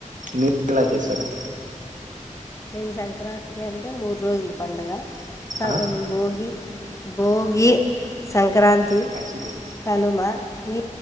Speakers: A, on the right (about 70°); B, on the left (about 20°).
A: మీరేలా చేస్తారు.
B: నేను సంక్రాంతి అంటే మూడు రోజుల పండుగ క
A: ఆ
B: భోగి భోగి సం సంక్రాంతి
A: వాయిస్ లేదు
B: కనుమా ఈ